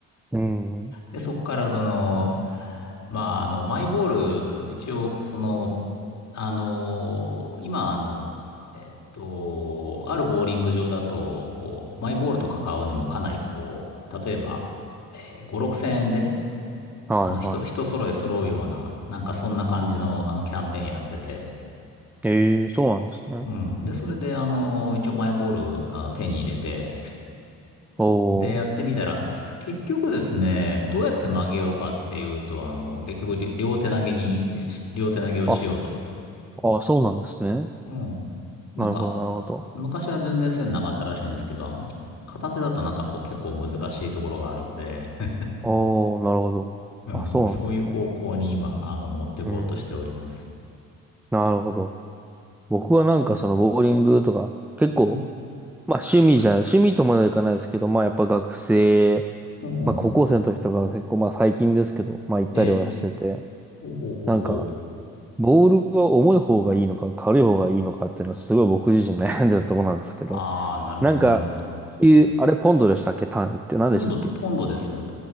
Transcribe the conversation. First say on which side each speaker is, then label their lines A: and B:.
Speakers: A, in the centre; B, on the left (about 55°).
A: い。<laughs> うん。
B: で、そこからその、まあ、あの、マイボール、一応、その、あの、今、あの、えっと、あるボーリング場だと、こう、マイボールとか買うにもかなりこう、例えば、えー5、6千円で、
A: はいはい。
B: あの、人、人揃え揃うような、なんかそんな感じの、あの、キャンペーンやってて、
A: ええ、そうなんですね。
B: うん。で、それで、あの、一応マイボール、あの、手に入れて、
A: おー。
B: で、やってみたら、結局ですね、どうやって曲げようかっていうと、あの、結局、り両手投げに、し両手投げをしようと。
A: あ、あ、そうなんですね。
B: うん。なんか、
A: なるほど、なるほど。
B: 昔は全然そういうのなかったらしいんですけど、あの、片手だとなんかこう結構難しいところがあるんで、<laughs>
A: おー、なるほど。
B: うん、
A: あ、そうなんですね。
B: そういう方向に今、あの、持ってこうとしております。
A: うん。なるほど。僕はなんかそのボーリングとか、結構、
B: うん。
A: まあ趣味じゃ、趣味とまではいかないですけど、まあやっぱ学生、
B: うん。
A: まあ高校生の時とか結構まあ最近ですけど、まあ行ったりはしてて、
B: ええ。ほうほうほうほう。
A: なんか、ボールは重い方がいいのか軽い方がいいのかっていうのはすごい僕自身悩んでたところなんですけど、
B: ああ、なるほど、
A: なんか、
B: なるほど。
A: 球、あれポンドでしたっけ単位って何でしたっけ
B: ポンドで、ポンドです。う